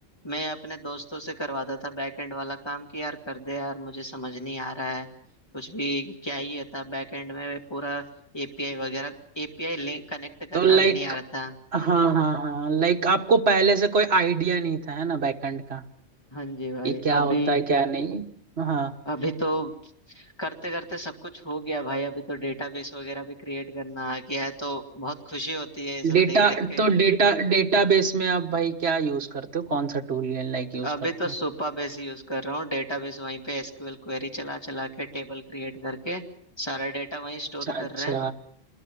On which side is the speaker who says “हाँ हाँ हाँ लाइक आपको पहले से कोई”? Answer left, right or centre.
Right